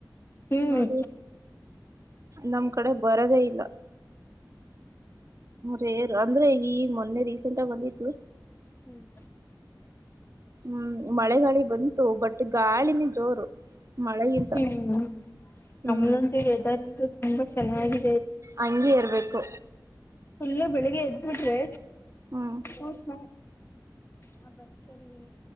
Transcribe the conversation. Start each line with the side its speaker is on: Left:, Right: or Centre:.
Left: ಹ್ಮ್
Right: ನೋಡಿ ನಮ್ ಕಡೆ ಬರದೇ ಇಲ್ಲ, ರೇರು ಅಂದ್ರೆ ಈ ಮೊನ್ನೆ ರೀಸೆಂಟಾಗ್ ಬಂದಿತ್ತು.
Left: ಹ್ಮ್
Right: ಹ್ಮ್ ಮಳೆಗಾಳಿ ಬಂತು ಬಟ್ ಗಾಳಿನೆ ಜೋರು. ಮಳೆಗಿಂತ
Left: ಹ್ಮ್
Right: ಹ್ಮ್
Left: ನಮ್ದಂತು ವೇದರಂತು ತುಂಬ ಚೆನ್ನಾಗಿ
Right: ಹಂಗಗೆ ಇರಬೇಕು
Left: ಫುಲ್ಲು ಬೆಳಿಗ್ಗೆ ಎದ್ದಬಿಟ್ರಿ
Right: ಹ್ಮ್
Left: ಹ ಸ್ ಹ ಬಸ್ಸಲ್ಲಿ